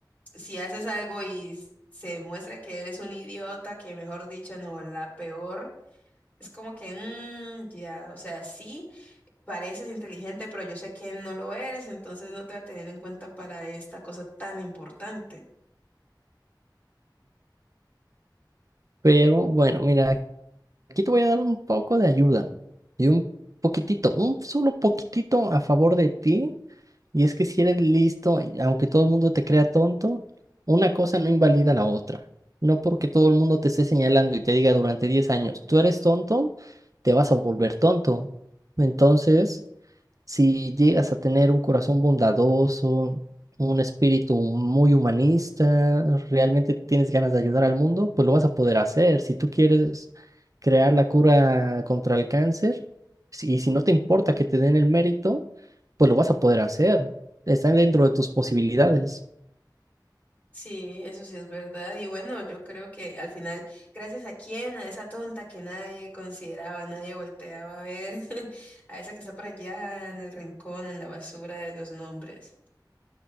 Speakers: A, on the left; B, on the right.
A: si haces algo y s- se demuestra que eres un idiota, que mejor dicho, no, la peor, es como que, mm, ya, o sea, sí, pareces inteligente, pero yo sé que no lo eres, entonces no te voy a tener en cuenta para esta cosa tan importante.
B: Pero bueno, mira, aquí te voy a dar un poco de ayuda y un poquitito, un solo poquitito a favor de ti Y es que si eres listo, y aunque todo el mundo te crea tonto, una cosa no invalida la otra. No porque todo el mundo te esté señalando y te diga durante 10 años, tú eres tonto, te vas a volver tonto. Entonces, si llegas a tener un corazón bondadoso, un espíritu muy humanista, realmente tienes ganas de ayudar al mundo, pues lo vas a poder hacer. Si tú quieres crear la cura contra el cáncer, si- y si no te importa que te den el mérito, pues lo vas a poder hacer. Está dentro de tus posibilidades.
A: Sí, eso sí es verdad. Y bueno, yo creo que al final, gracias a quién, a esa tonta que nadie consideraba, nadie volteaba a ver, <laughs> a esa que está por allá en el rincón, en la basura de los nombres.